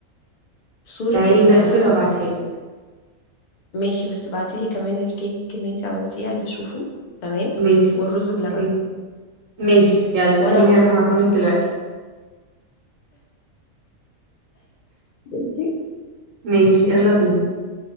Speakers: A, on the left (about 90°); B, on the right (about 70°).
A: صوره
B: تعالي
A: ال
B: نقفل وابعتها لك
A: ماشي بس بعتيلي كمان الكيك اللي انت عملتيه عايزه اشوفه تمام
B: ماشي
A: والرز
B: اوكي
A: بلبن
B: ماشي يلا
A: وانا
B: خليني
A: هقوم
B: اروح ابعتهم لك دلوقتي
A: دلوقتي
B: ماشي يلا بينا